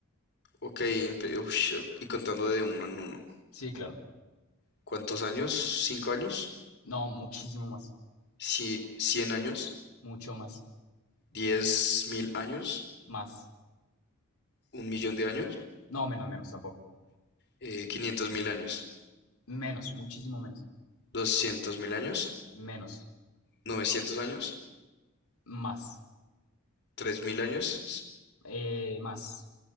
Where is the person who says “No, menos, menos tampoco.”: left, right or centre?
Left